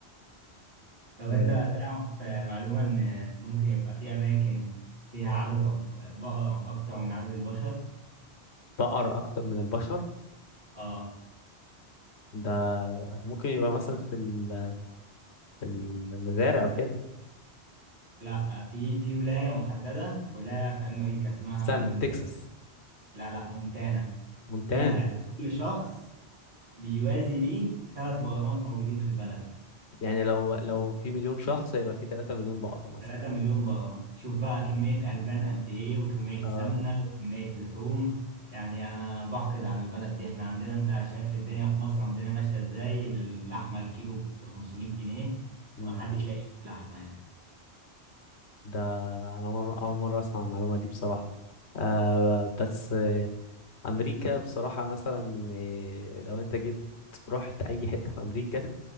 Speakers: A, on the right; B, on the left.
A: <laughs> طب
B: آه
A: انت تعرف معلومة ان ممكن يبقى في اماكن فيها عدد أب- بقر اكتر من عدد البشر
B: بقر اكتر من البشر
A: اه
B: ده ممكن يبقى مثلا في ال- في المزارع وكده
A: لا في في ولاية محددة ولاية في امريكا اسمها
B: استنى
A: مونتانا
B: تكساس
A: لا لا مونتانا
B: مونتانا
A: فيها لكل شخص بيوازي ليه ثلاث بقرات موجودين في البلد
B: يعني لو لو في مليون شخص يبقى في 3 مليون بقرة مثلا
A: 3 مليون بقرة شوف بقى كمية ألبان قد إيه وكمية
B: اه
A: سمنة وكمية لحوم يعني أنا بحقد على البلد دي إحنا عندنا أنت شايف الدنيا في مصر الدنيا ماشية إزاي اللحمة الكيلو ب 500 جنيه
B: مم.
A: ومحدش لاقي لحمة يعني
B: ده انا مر- اول مرة اسمع المعلومة دي بصراحة آه بس آه امريكا بصراحة مثلا آه، لو انت جيت رحت اي حتة في امريكا